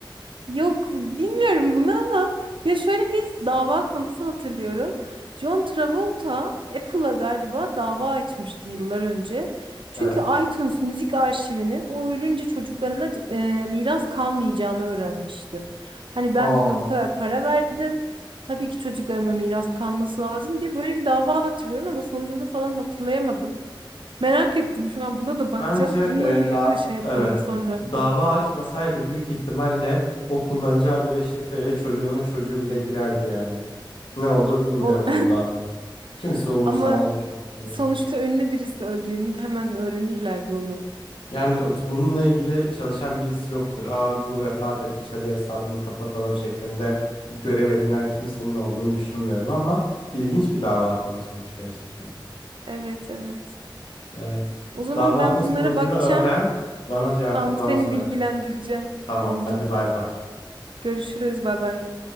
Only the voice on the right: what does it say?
Yok bilmiyorum bunu ama ya şöyle bir dava konusu hatırlıyorum. John Travolta Apple'a galiba dava açmıştı yıllar önce. Çünkü
iTunes müzik arşivinin o ölünce çocuklarına e, miras kalmayacağını öğrenmişti. Hani ben
buna bu kadar para verdim. Tabii ki çocuklarıma miras kalması lazım diye böyle bir dava hatırlıyorum ama sonucunu falan hatırlayamadım. Merak ettim şu an buna da bakacağım.
Bununla
ilgili
de şey yapalım
sonra.
O-
<laughs>
Ama
Sonuçta ünlü birisi öldüğünü hemen öğrenirlerdi onu.
Evet evet.
O zaman
ben bunlara
bakacağım.
Tamam
seni
bilgilendireceğim.
Oldu.
Görüşürüz bay bay.